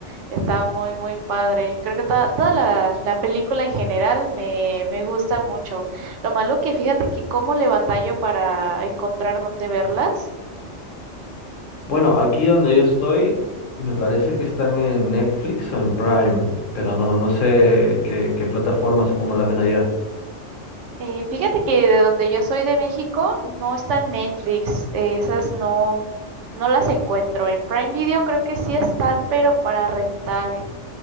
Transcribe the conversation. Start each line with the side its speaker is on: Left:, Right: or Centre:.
Right: Está muy, muy padre. Creo que toda, toda la, la película en general me, me gusta mucho. Lo malo que fíjate que cómo le batallo para encontrar dónde verlas.
Left: Bueno, aquí donde yo estoy, me parece que están en Netflix o en Prime, pero no, no sé qué, qué plataformas o cómo las ven allá.
Right: Eh, fíjate que de donde yo soy de México no está en Netflix, eh, esas no, no las encuentro. En Prime Video creo que sí están, pero para rentar,